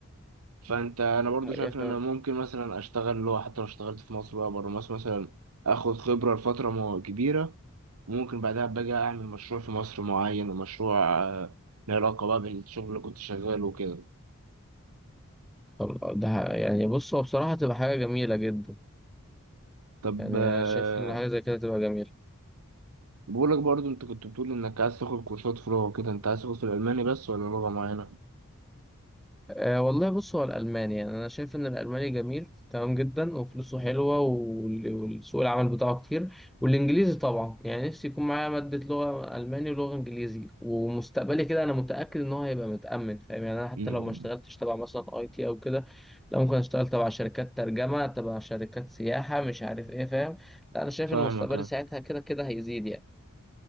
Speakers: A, on the right (about 80°); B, in the centre.
A: فانت انا برضو
B: الحقيقه
A: شايف
B: فعلا
A: ان انا ممكن مثلا اشتغل اللي هو حتى لو اشتغلت في مصر بقى بره مصر مثلا اخد خبره لفتره مو- كبيره ممكن بعدها باجي اعمل مشروع في مصر معين ومشروع آه، له علاقه بقى بالشغل اللي كنت شغاله وكده
B: خل- ده ح- يعني بص هو بصراحه تبقى حاجه جميله جدا
A: طب
B: يعني
A: آه،
B: انا شايف ان حاجه زي كده تبقى جميله
A: بقولك برضو انت كنت بتقول انك عايز تاخد كورسات في لغه كده انت عايز تاخد في الالماني بس ولا لغه معينه
B: أه والله بص هو الألماني يعني أنا شايف إن الألماني جميل تمام جدا وفلوسه حلوة وال- والسوق العمل بتاعه كتير والإنجليزي طبعا يعني نفسي يكون معايا مادة لغة ألماني ولغة إنجليزي ومستقبلي كده أنا متأكد إن هو هيبقى متأمن فاهم يعني أنا حتى
A: مم.
B: لو ما اشتغلتش تبع مثلا أي تي أو كده لا ممكن أشتغل تبع شركات ترجمة تبع شركات سياحة مش عارف إيه فاهم لا أنا شايف
A: فاهمك
B: إن مستقبلي ساعتها كده كده هيزيد يعني